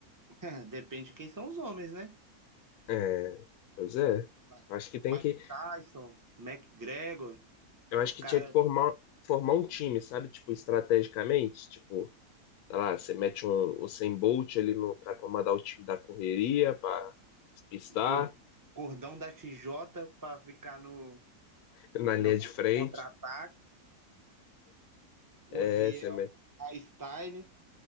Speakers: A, on the right; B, on the left.
A: <laughs> É, Depende de quem são os homens, né?
B: É, pois é.
A: Claro.
B: Eu acho que tem
A: Mike
B: que.
A: Tyson, McGregor,
B: Eu acho
A: os
B: que
A: caras
B: tinha que formar, formar um time, sabe? Tipo, estrategicamente. Tipo, sei lá, você mete um, o 100 Bolt ali no, pra comandar o time da correria, pra despistar
A: gor- gordão da TJ pra ficar no,
B: <laughs> na
A: no
B: linha de frente.
A: contra ataque Oziel
B: É, você mete
A: Style